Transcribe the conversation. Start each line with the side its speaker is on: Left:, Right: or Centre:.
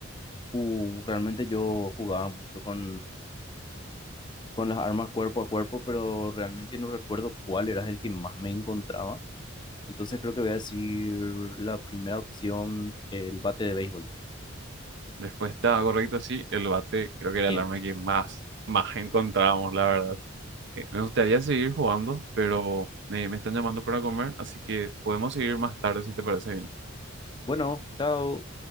Left: Uh, realmente yo jugaba mucho con, con las armas cuerpo a cuerpo, pero realmente no recuerdo cuál era el que más me encontraba. Entonces creo que voy a decir la primera opción, el bate de béisbol.
Right: Respuesta correcta, sí, el bate creo que era
Left: Bien.
Right: el arma que más, más encontrábamos, la verdad. Eh, me gustaría seguir jugando, pero eh, me están llamando para comer, así que podemos seguir más tarde si te parece bien.
Left: Bueno, chao.